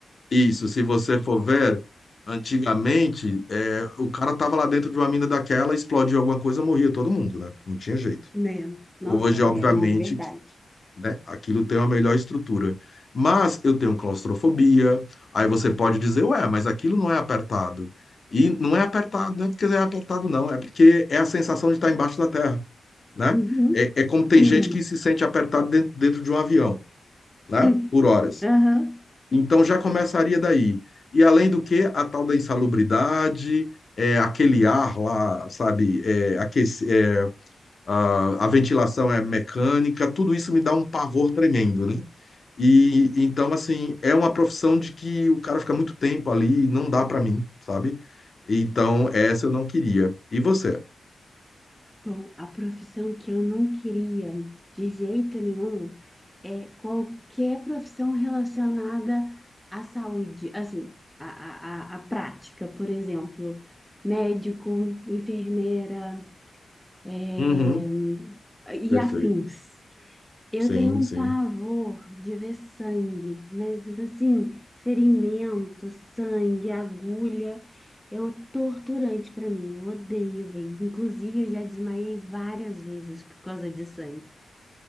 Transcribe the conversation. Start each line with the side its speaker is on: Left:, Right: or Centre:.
Left: Isso, se você for ver, antigamente, é, o cara tava lá dentro de uma mina daquela, explodiu alguma coisa, morria todo mundo, né? Não tinha jeito.
Centre: Né? Nossa,
Left: Hoje,
Centre: né?
Left: obviamente,
Centre: Não, verdade.
Left: né, aquilo tem uma melhor estrutura. Mas eu tenho claustrofobia, aí você pode dizer, ué, mas aquilo não é apertado. E não é apertado, não é porque é apertado, não, é porque é a sensação de estar embaixo da terra, né?
Centre: Uhum,
Left: É, é como tem
Centre: sim.
Left: gente que se sente apertado dentro, dentro de um avião, né?
Centre: Hum,
Left: Por horas.
Centre: Aham.
Left: Então já começaria daí. E além do que, a tal da insalubridade, é, aquele ar lá, sabe, é, aquece- é, a, a ventilação é mecânica, tudo isso me dá um pavor tremendo, né? E então, assim, é uma profissão de que o cara fica muito tempo ali, e não dá para mim, sabe? Então, essa eu não queria. E você?
Centre: Bom, a profissão que eu não queria de jeito nenhum é qualquer profissão relacionada à saúde, assim, à, à, à à prática, por exemplo, médico, enfermeira, eh,
Left: Uhum,
Centre: e
Left: perfeito.
Centre: afins. Eu
Left: Sim,
Centre: tenho um
Left: sim.
Centre: pavor de ver sangue, mas assim, ferimento, sangue, agulha, é um torturante pra mim. Eu odeio ver. Inclusive, eu já desmaiei várias vezes por causa de sangue.